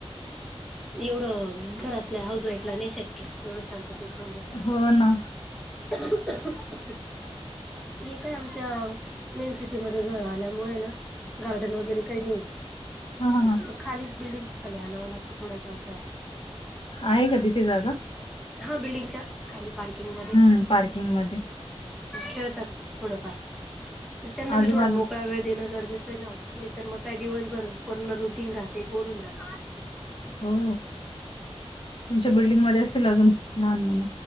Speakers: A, in the centre; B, on the left (about 55°).
A: एवढ घरातल्या हाऊस वाईफला नाही शक्य एवढं शांततेत बोलण
B: हो ना
A: <unintelligible> हे काय आमच्या मेन सिटीमध्ये घर आल्यामुळे ना गार्डन वगैरे काही नाही
B: हा हा हा
A: मग खालीच बिल्डिंगच्या खाली आणावं लागतं थोड्याफार खेळायला
B: आहे का तिथे जागा,
A: हा बिल्डिंगच्या खाली पार्किंग मध्येच
B: हम्म पार्किंग मध्ये
A: खेळतात थोडंफार त्यांना बी
B: आजूबाजू
A: थोडा मोकळा वेळ देणं गरजेचं नाही तरर मग काय दिवसभर पूर्ण रुटीन राहते बोर होऊन जात
B: हो तुमच्या बिल्डिंग मध्ये असतील, अजून लहान मुल